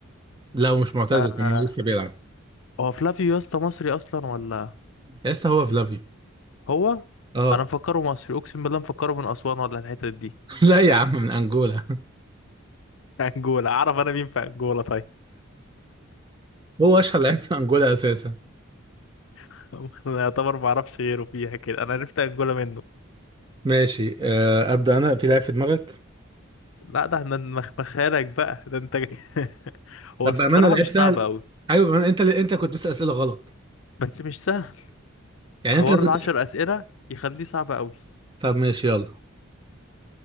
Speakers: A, on the right (about 20°); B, on the left (about 70°).
A: لا ومش معتزل
B: آه
A: كمان هو لسه بيلعب
B: هو فلافيو يا اسطى مصري اصلا ولا
A: لسه هو فلافيو
B: هو
A: اه
B: انا مفكره مصري اقسم بالله مفكره من اسوان ولا الحتت دي
A: <laughs> لا يا عم من انجولا
B: <laughs> انجولا اعرف انا مين في انجولا طيب
A: هو اشهر لعيب في انجولا اساسا
B: <laughs> انا يعتبر ما اعرفش غيره فيها كده انا عرفت انجولا منه
A: ماشي آه، ابدا انا في لعيب في دماغك
B: لا ده احنا مخمخالك بقى ده انت جاي. <laughs> هو
A: طب بامانه
B: بصراحة
A: لعيب
B: مش
A: سهل
B: صعب أوي
A: ايوه بامانه انت اللي انت كنت بتسال اسئله غلط
B: بس مش سهل
A: يعني
B: حوار
A: انت اللي كنت
B: العشر أسئلة يخليه صعب أوي
A: طب ماشي يلا